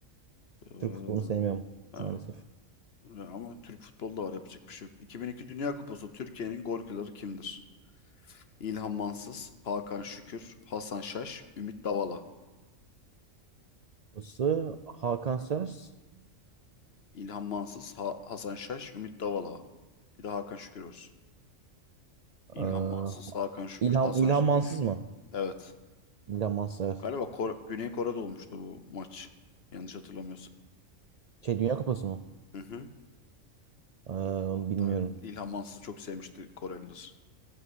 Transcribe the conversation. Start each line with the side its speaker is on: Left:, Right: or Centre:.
Left: Ee,
Right: Türk futbolunu sevmiyorum
Left: ha.
Right: maalesef.
Left: Ha, Ama Türk futbolda var yapacak bir şey yok. 2002 Dünya Kupası Türkiye'nin golcüleri kimdir? İlhan Mansız, Hakan Şükür, Hasan Şaş, Ümit Davala.
Right: Burası Hakan Sers.
Left: İlhan Mansız, Ha- Hasan Şaş, Ümit Davala. Bir de Hakan Şükür olsun.
Right: Ee,
Left: İlhan Mansız, Hakan Şükür,
Right: İlham,
Left: Hasan
Right: İlham
Left: Şen.
Right: Mansız mı?
Left: Evet.
Right: İlham Mansız evet.
Left: Galiba Kore- Güney Kore'de olmuştu bu maç. Yanlış hatırlamıyorsam.
Right: Şey Dünya Kupası mı?
Left: Hı hı.
Right: Ee, onu
Left: Hatta
Right: bilmiyorum.
Left: İlhan Mansız'ı çok sevmişti Koreliler.